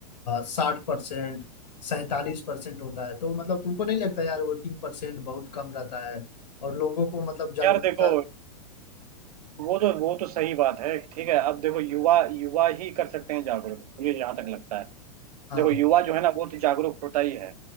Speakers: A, on the left; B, on the right.
A: साठ परसेंट सैतालीस परसेंट होता है तो मतलब तुमको नहीं लगता यार वोटिंग परसेंट बहुत कम रहता है और लोगों को मतलब जागरूकता
B: यार देखो वो तो वो तो सही बात है ठीक है अब देखो युवा युवा ही कर सकते हैं जागरूक मुझे यहाँ तक लगता है
A: हाँ
B: देखो युवा जो है ना वो तो जागरूक होता ही है